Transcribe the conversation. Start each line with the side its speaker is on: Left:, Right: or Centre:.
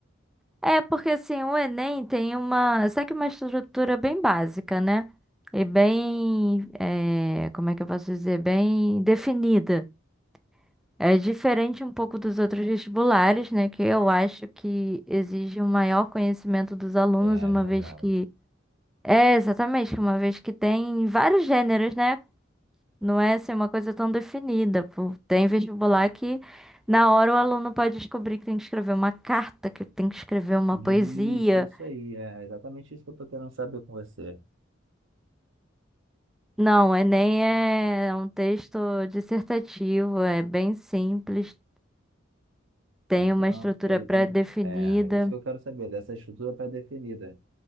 Centre: É, porque assim, o Enem tem uma, sabe que uma estrutura bem básica, né? E bem, é, como é que eu posso dizer? Bem definida. É diferente um pouco dos outros vestibulares, né? Que eu acho que exige um maior conhecimento dos alunos,
Right: É
Centre: uma
Right: é verdade.
Centre: vez que. É, exatamente, que uma vez que tem vários gêneros, né? Não é assim, uma coisa tão definida. pô. Tem vestibular que na hora o aluno pode descobrir que tem que escrever uma carta, que tem que escrever uma
Right: Isso,
Centre: poesia.
Right: isso aí, é exatamente isso que eu tô querendo saber com você.
Centre: Não, o Enem é é um texto dissertativo, é bem simples, tem
Right: Então,
Centre: uma estrutura
Right: ele
Centre: pré-definida.
Right: tem, é, isso que eu quero saber, dessa estrutura pré-definida.